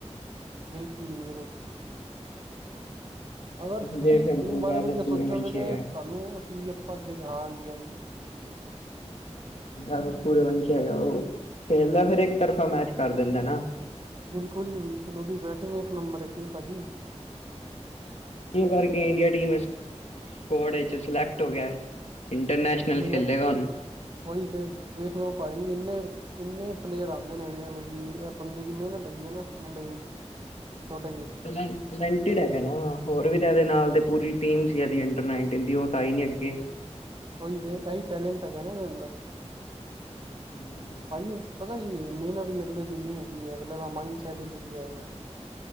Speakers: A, on the right; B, on the left.
A: ਬਿਲਕੁਲ-ਬਿਲਕੁਲ। ਅਗਰ ਤੁਸੀਂ
B: ਦੇਖ ਸਕਦੇ
A: ਟੀਮ
B: ਹੋ
A: ਬਾਰੇ
B: ਵੈਭਵ
A: ਵਧੀਆ
B: ਸੂਰਯਵੰਸ਼ੀ
A: ਸੋਚੋਗੇ ਤੇ
B: ਹੈਗਾ
A: ਤਾਨੂੰ ਤੁਸੀਂ ਆਪਾਂ ਅੱਗੇ ਹਾਂ ਹਾਂਜੀ-ਹਾਂਜੀ।
B: ਐ ਸੂਰੇਵੰਸ਼ ਹੈਗਾ ਓ ਖੇਲਦਾ ਫੇਰ ਏਕ ਤਰਫਾ ਮੈਚ ਕਰ ਦਿੰਦਾ ਨਾ।
A: ਬਿਲਕੁਲ ਜੀ ਬਿਲਕੁਲ ਓਦੀ ਬੈਟਿੰਗ ਏਕ ਨੰਬਰ ਹੈਗੀ ਏ ਪਾਜੀ।
B: ਤਾਈਂ ਓ ਕਰਕੇ ਇੰਡੀਆ ਟੀਮ ਵਿਚ ਸਕੋਡ ਇਚ ਸਿਲੈਕਟ ਹੋ ਗਿਆ। ਇੰਟਰਨੈਸ਼ਨਲ
A: ਮਜ਼ਾ
B: ਖੇਲੇਗਾ ਹੁਣ।
A: -ਓਈ ਤੇ ਵੇਖ ਲੋ ਭਾਜੀ ਏਨੇ- ਏਨੇ ਪਲੇਅਰ ਆਂਦੇ ਨੇੇ ਵੇਖ ਲੋ ਜੀ ਐ ਬੰਦੇ ਦੀ ਮੇਨਤ ਹੈਗੀ ਐ ਨਾ ਮੁੰਡੇ ਦੀ। ਓ ਤਾਂ ਹੈ ਈ ਏ ਜੀ।
B: ਟਲੈਂ ਟਲੈਂਟਿਡ ਹੇਗਾ ਨਾ। ਹੋਰ ਵੀ ਤਾਂ ਏਦੇ
A: ਹਮ
B: ਨਾਲ ਦੇ ਪੂਰੀ ਟੀਮ ਸੀ ਏਦੀ ਅੰਡਰ ਨਾਈਨਟਿਨ ਦੀ, ਓ ਤਾਂ ਆਈ ਨੀ ਅੱਗੇ।
A: ਓਈ ਤੇ ਐਈ ਟੈਲੈਂਟ ਹੈਗਾ ਨਾ ਏਦਾਂ ਹੁਣ ਦਾ।
B: ਹੂੰ ਸਹੀ ਗੱਲ ਏ।
A: ਭਾਅ ਜੀ ਪਤਾ ਕੀ ਏ ਮੇਨਤ ਵੀ ਅਗਲੇ ਦੀ ਏਨੀ ਹੈਗੀ ਏ। ਅਗਲੇ ਦਾ ਮਾਈੰਡਸੈਟ ਵੀ ਵਧੀਆ ਹੈਗਾ।